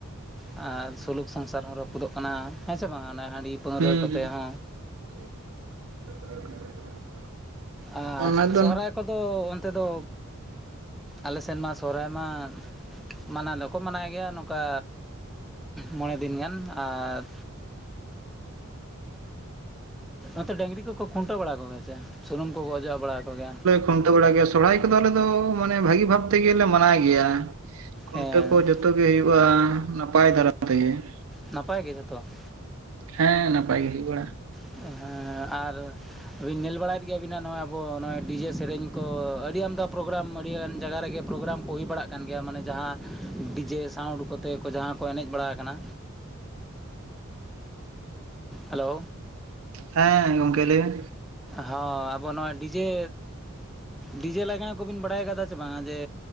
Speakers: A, in the centre; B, on the right.
A: ᱟᱨ ᱥᱩᱞᱩᱠ ᱥᱚᱝᱥᱟᱨ ᱦᱚᱸ, ᱨᱟᱹᱯᱩᱫᱚᱜ ᱠᱟᱱᱟ ᱾ ᱦᱮᱸ ᱥᱮ ᱵᱟᱝ? ᱚᱱᱟ᱾ ᱦᱟᱺᱰᱤ ᱯᱟᱹᱣᱨᱟᱹ
B: ᱦᱩᱸ
A: ᱠᱚᱛᱮ
B: ᱦᱩᱸ
A: ᱦᱚᱸ ᱾
B: <inaudible>
A: ᱟᱼᱦ,
B: ᱚᱱᱟ ᱫᱚ
A: ᱥᱚᱦᱚᱨᱟᱭ ᱠᱚᱫᱚ ᱚᱱᱛᱮ ᱫᱚ? ᱟᱞᱮᱥᱮᱱ ᱢᱟ ᱥᱚᱦᱚᱨᱟᱭ ᱢᱟ, ᱢᱟᱱᱟᱣ ᱫᱚᱠᱚ ᱢᱟᱱᱟᱣ ᱜᱮᱭᱟ ᱱᱚᱝᱠᱟ, ᱢᱚᱬᱮ ᱫᱤᱱ ᱜᱟᱱ, ᱟᱨ ᱱᱛᱮ ᱰᱟᱹᱝᱨᱤ ᱠᱚᱠᱚ, ᱠᱷᱩᱱᱴᱟᱹᱣ ᱵᱟᱲᱟ ᱠᱚ ᱜᱮᱭᱟ ᱥᱮ, ᱥᱩᱱᱩᱢ ᱠᱚᱠᱚ ᱚᱡᱚᱜ, ᱵᱟᱲᱟ ᱠᱚ ᱜᱮᱭᱟ ᱾
B: ᱠᱷᱩᱱᱴᱷᱟᱹᱣ ᱵᱟᱲᱟᱭ ᱜᱮᱭᱟ ᱾ ᱥᱚᱨᱦᱟᱭ ᱠᱚᱫᱚ, ᱟᱞᱮ ᱫᱚ ᱢᱟᱱᱮ, ᱵᱷᱟᱹᱜᱤ ᱵᱷᱟᱵ ᱛᱮᱜᱮ, ᱢᱟᱱᱟᱣ ᱜᱮᱭᱟ ᱾ ᱠᱷᱩᱱᱴᱟᱹᱣ
A: ᱦᱮᱸ
B: ᱠᱚ ᱡᱚᱛ ᱡᱚᱛᱚ ᱜᱮ ᱦᱩᱭᱩᱜᱼᱟ ᱾ ᱱᱟᱯᱟᱭ ᱫᱷᱟᱨᱟ ᱛᱮᱜᱮ ᱾
A: ᱱᱟᱯᱟᱭ ᱜᱮ ᱡᱷᱚᱛᱚ? ᱾
B: ᱦᱮᱸ, ᱱᱟᱯᱟᱭ ᱜᱮ ᱦᱩᱭ ᱵᱟᱲᱟᱼᱟ ᱾
A: ᱦᱮᱸᱻ, ᱟᱼᱨ ᱧᱮᱞ ᱵᱟᱲᱟᱭᱮᱫ ᱜᱮᱭᱟᱵᱤᱱ ᱱᱚᱜᱼᱚᱭ ᱟᱵᱚ ᱱᱚᱜ ᱰᱤᱡᱮ ᱥᱮᱨᱮᱧ ᱠᱚ ᱟᱹᱰᱤ ᱟᱢᱫᱟ ᱯᱨᱳᱜᱨᱟᱢ ᱟᱹᱰᱤᱜᱟᱱ ᱡᱟᱭᱜᱟ ᱨᱮᱜᱮ ᱯᱨᱳᱜᱨᱟᱢ ᱠᱚ ᱦᱩᱭ ᱵᱟᱲᱟᱜ ᱠᱟᱱ ᱜᱮᱭᱟ ᱢᱟᱱᱮ ᱡᱟᱦᱟᱸ ᱰᱤᱡᱮ ᱴᱷᱟᱶ ᱩᱰᱩᱠ ᱠᱚᱛᱮ ᱠᱚ ᱡᱟᱦᱟᱸ ᱠᱚ ᱮᱱᱮᱡ ᱵᱟᱲᱟ ᱠᱟᱱᱟ᱾ ᱦᱮᱞᱳ᱾
B: ᱦᱮᱸ ᱜᱚᱝᱠᱮ ᱞᱟᱹᱭ ᱢᱮ᱾
A: ᱦᱚᱸ ᱟᱵᱚ ᱱᱚᱣᱟ ᱰᱤᱡᱮ ᱰᱤᱡᱮ ᱞᱟᱜᱽᱬᱮ ᱠᱚᱵᱤᱱ ᱵᱟᱲᱟᱭ ᱠᱟᱫᱟ ᱥᱮ ᱵᱟᱝ ᱡᱮ